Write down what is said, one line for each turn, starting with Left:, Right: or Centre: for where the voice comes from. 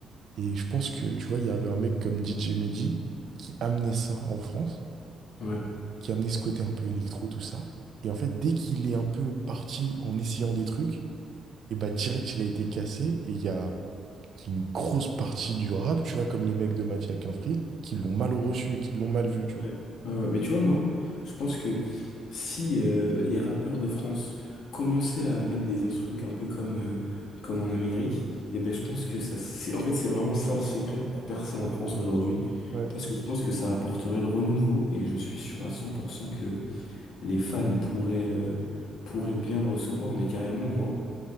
Right: Et je pense que, tu vois, il y avait un mec comme DJ Mehdi qui amenait ça en France,
Left: ouais.
Right: qui amenait ce côté un peu électro, tout ça. Et en fait, dès qu'il est un peu parti en essayant des trucs, et bah direct, il a été cassé, et il y a c'est une grosse partie du rap, tu vois, comme les mecs de Mafia Quinfri, qui l'ont mal reçu et qui l'ont mal vu, tu
Left: Ouais.
Right: vois.
Left: Ouais, ouais. Mais tu vois, moi, je pense que si euh, les rappeurs de France commençaient à mettre des instrus un peu comme, euh, comme en Amérique, et ben je pense que ça, c'est, en fait, c'est vraiment ça le secret pour percer en France aujourd'hui.
Right: Ouais.
Left: Parce que je pense que ça apporterait le renouveau et je suis sûr à 100% que les fans pourraient, euh, pourraient bien le recevoir. Mais carrément, moi,